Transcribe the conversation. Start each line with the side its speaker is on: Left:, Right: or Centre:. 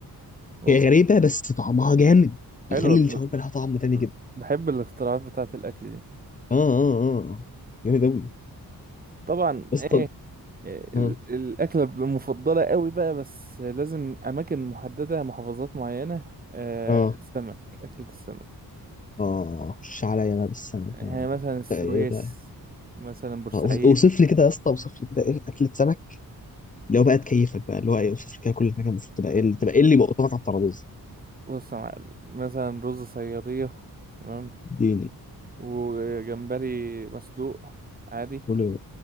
Right: أوف
Left: هي غريبه بس طعمها جامد
Right: حلو
Left: بيخلي
Right: ال-
Left: الشاورما لها طعم تاني كده
Right: بحب الاختراعات بتاعة الأكل دي
Left: اه اه اه آه. جامد قوي
Right: طبعا
Left: اسطى
Right: إيه ال-
Left: اه
Right: الأكلة المفضلة قوي بقى بس لازم أماكن محددة محافظات معينة آه،
Left: اه
Right: السمك أكلة السمك
Left: اه خش عليا بقى بالسمك
Right: يعني
Left: بقى
Right: مثلا السويس
Left: بقى ايه بقى
Right: مثلا بورسعيد
Left: آه، وص- اوصف لي كده يا اسطى اوصف لي كده ايه اكلة سمك اللي هو بقى تكيفك بقى اللي هو ايه اوصف لي كده كل حاجه المفروض تبقى ايه اللي تبقى ايه اللي يبقى قدامك على الترابيزه
Right: بص يا معلم مثلا رز صيادية تمام
Left: اديني
Right: وجمبري مسلوق عادي
Left: قول لي بقى.